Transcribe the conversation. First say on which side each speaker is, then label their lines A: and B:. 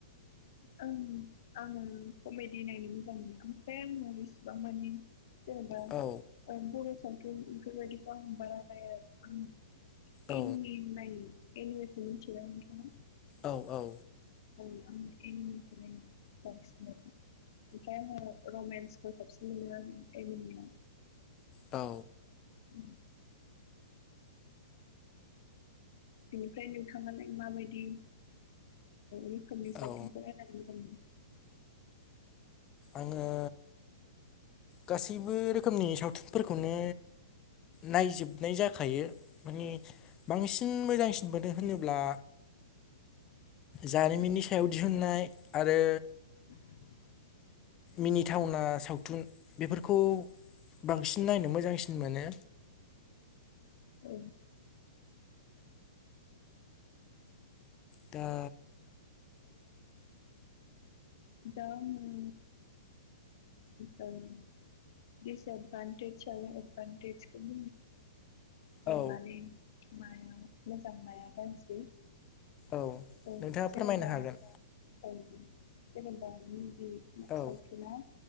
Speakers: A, on the left (about 55°); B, on the left (about 25°).
A: आं आङो कमेडि नायनो मोजां मोनो ओमफ्राय आङो बेसिबां माने जेनेबा
B: औ
A: बर' ओ सावथुन बेफोरबायदिखौ आं बानायनाय आरो
B: औ
A: एनिमि नायो एनिमिखौ मोनथियोना नोंथाङा
B: औ औ
A: औ‌ आं एनिमिसो नायो‌ बांसिनानो ओमफ्राय आो रमेन्सखौ साबसिन मोनो आरो एनिमियाव
B: औ
A: उम बेनिफ्राय नोंथाङालाय माबायदि रोखोमनि सावथुनखौ
B: औ
A: नायनानै मोजां मोनो
B: आङो गासैबो रोखोमनि सावथुनफोरखौनो नायजोबनाय जाखायो माने बांसिन मोजांसिन मोनो होनोब्ला जारिमिननि सायाव दिहुननाय आरो
A: <inaudible>
B: मिनिथावना सावथुन बेफोरखौ बांसिन नायनो मोजांसिन मोनो
A: औ
B: दा
A: दा आङो <unintelligible> दिसएडवटेेज आरो एडभानतेज खौ <unintelligible>
B: औ
A: माने माया मोजां माया गाज्रि
B: औ
A: औ
B: नोंथाङा
A: जेनेबा
B: फोरमायनो हागोन
A: औ जेनेबा हिन्दी
B: औ
A: सावथुन